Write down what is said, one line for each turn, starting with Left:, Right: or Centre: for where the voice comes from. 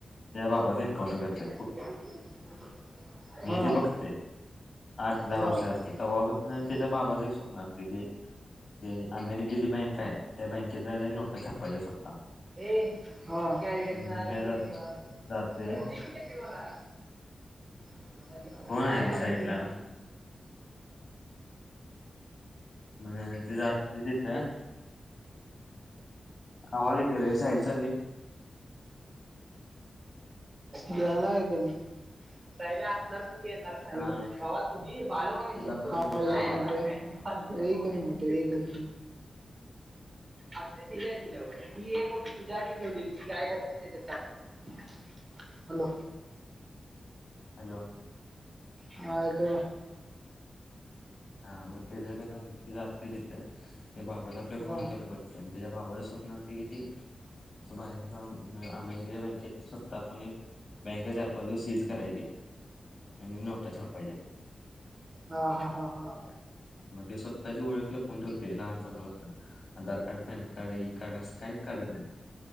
Left: ते बाबाच एनकाउंटर करते
Right: <unintelligible>
Left: म्हणजे ते
Right: हा
Left: बघतय आठ दहा
Right: हा
Left: वर्ष असतय तेव्हापासन
Right: हा
Left: त्याच्या बाबाच एक स्वप्न असतय की ते अमेरिकेची बँक आहे त्या बँकेत जायच आणि नोटा छापायच्या स्वतः
Right: ए हो कॅरी बॅग
Left: मी
Right: घेऊन आला
Left: काय जा-
Right: की एवढ
Left: जाते
Right: देकी त्यातली मला <inaudible> हम्
Left: कोण आहे रे साईड ला मग ते जाते तिथं आवाज येतो रे साईड चालले
Right: <unintelligible> दहा ला आहे बाबा
Left: हा
Right: तुझी बाल <unintelligible>
Left: तुझा कमी देतोय आवाज
Right: ते का आ ते दिले ही एक गोष्ट तुझ्या ठेवलेली ती गाय घातली त्याच्यात हॅलो
Left: हॅलो
Right: हा तो
Left: हा मग ते ज कस जातय तिथं बाबत आपल्या
Right: का
Left: खुण होत्याल बघतय त्याच्या बाबाचे स्वप्न असते कि ते असं बाहेर जाऊन अमेरिकेच्या बँकेत स्वत आपण एक बँके चार पाच दिवस चीज करायची आणि नोटा छपायच्या
Right: हा हा हा हा
Left: ते स्वतःची ओळख लपवून ठेवते लहानपणापासून. Aadhaar card PAN card e card असं काहीच काढत नाही